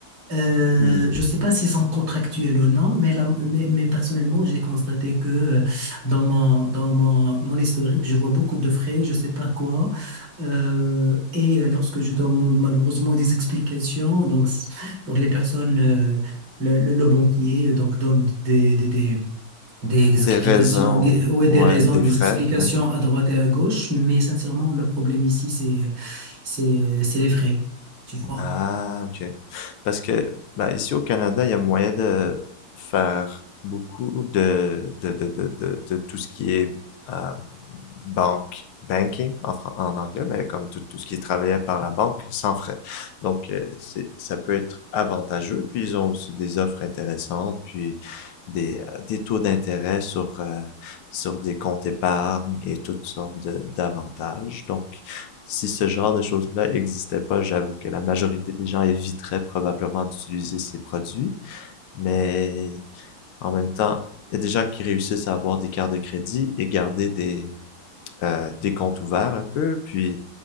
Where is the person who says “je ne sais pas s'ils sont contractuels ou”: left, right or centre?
Right